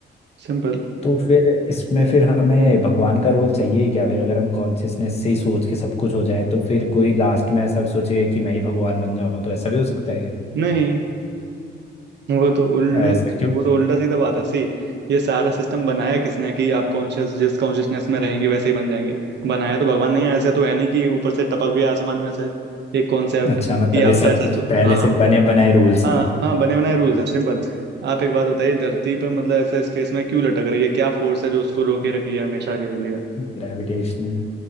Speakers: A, on the right; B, on the left.
A: सिंपल
B: तो फिर इसमें फिर हमें भगवान का रोल चाहिए ही क्या फिर अगर हम कॉन्शियसनेस से ही सोच के सब कुछ हो जाए तो फिर कोई लास्ट में ऐसा भी सोचेगा कि मैं ही भगवान बन जाऊं तो ऐसा भी हो सकता है क्या
A: नहीं वो तो उल्लू
B: ऐसा क्यों
A: वो तो उल्टा सीधा बात है सी ये सारा सिस्टम बनाया किसने कि आप कॉन्शियस जिस कॉन्शियसनेस में रहेंगे वैसे ही बन जाएंगे बनाया तो भगवान ने ही है, ऐसे तो है नहीं कि ये ऊपर से टपक गया आसमान में से ये कॉन्सेप्ट
B: अच्छा
A: कि
B: <laughs> मतलब ये
A: आप
B: सब
A: जैसा सो-
B: पहले
A: हाँ
B: से बने बनाए रूल्स हैं
A: हाँ हाँ बने बनाए रूल्स है सिंपल आप एक बात बताइए धरती पर मतलब ऐसा स्पेस में क्यों लटक रही है क्या फोर्स है जो उसको रोके रखी है हमेशा के लिए
B: ग्रेविटेशनल